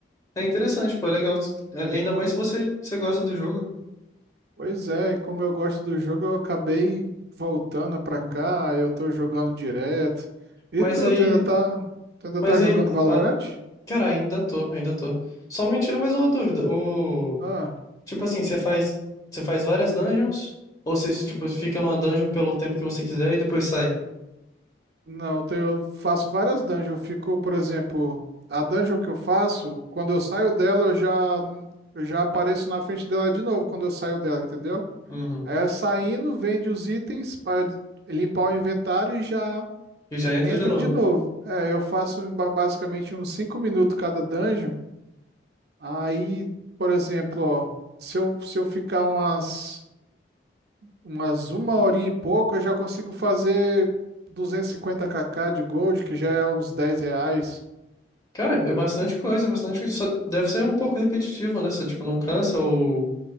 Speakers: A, on the left; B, on the right.
A: É interessante, pô, é legal. É, Ainda mais se você, você gosta do jogo.
B: Pois é, e como eu gosto do jogo, eu acabei voltando pra
A: Uhum.
B: cá, aí eu tô jogando direto. E
A: Mas
B: tu,
A: aí.
B: tu ainda tá, tu ainda
A: Mas
B: tá jogando
A: aí.
B: Valorant?
A: a- cara, ainda tô, ainda tô. Só me tira mais uma dúvida. O.
B: Ah.
A: Tipo assim, você faz. Você faz várias dungeons? Ou você, tipo, fica numa dungeon pelo tempo que você quiser e depois sai?
B: Não, eu tenho- eu faço várias dungeons. Eu fico, por exemplo, a dungeon que eu faço, quando eu saio dela, eu já, eu já apareço na frente dela de novo quando eu saio dela, entendeu?
A: Uhum.
B: É saindo, vende os itens para limpar o inventário e já
A: E já entra
B: entra
A: de novo.
B: de novo. É, eu faço em ba- basicamente uns 5 minutos cada dungeon. Aí, por exemplo, ó, se eu, se eu ficar umas Umas uma horinha e pouco eu já consigo fazer 250kk de gold, que já é uns 10 reais.
A: Cara, é bastante coisa, é bastante coisa. Só deve ser um pouco repetitivo, né? Você, tipo, não cansa ou,